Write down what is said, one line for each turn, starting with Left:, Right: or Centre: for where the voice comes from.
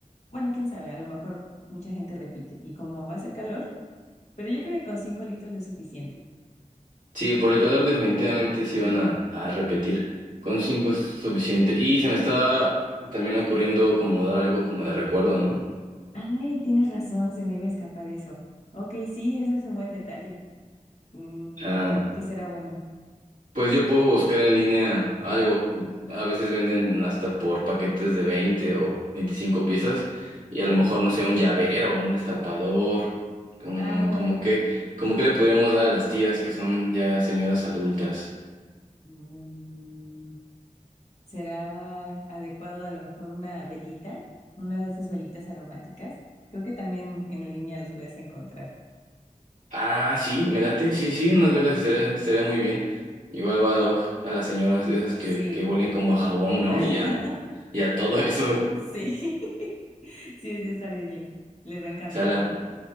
Left: Bueno, quién sabe, a lo mejor mucha gente repite. Y como va a hacer calor, pero yo creo que con cinco litros es suficiente.
Right: Sí, por el calor definitivamente sí
Left: Ujú,
Right: van a, a repetir. Con
Left: ujú.
Right: cinco es suficiente. Y se me está también ocurriendo como dar algo como de recuerdo, ¿no?
Left: Ay, tienes razón, se me iba a escapar eso. Ok, sí, eso es un buen detalle. Mm,
Right: Ah,
Left: ¿qué será bueno?
Right: pues yo puedo buscar en línea algo. A veces venden hasta por paquetes de 20 o 25 piezas. Y
Left: Ajá.
Right: a lo mejor, no sé, un llavero, un destapador. Como,
Left: Ándale.
Right: como que, como que le podríamos dar a las tías que son ya señoras adultas.
Left: Mm, será adecuado a lo mejor una velita, una de esas velitas aromáticas. Creo que también en línea los puedes encontrar.
Right: Ah, sí, me late. Sí, sí, unas velas estaría, estaría muy bien. Igual va ad hoc a las señoras, esas
Left: Sí,
Right: que, que huelen como a jabón, ¿no?
Left: <laughs>
Right: Y a, y a todo <laughs> eso. O
Left: sí, <laughs> sí, sí, estaría bien. Les va a encantar.
Right: sea, la-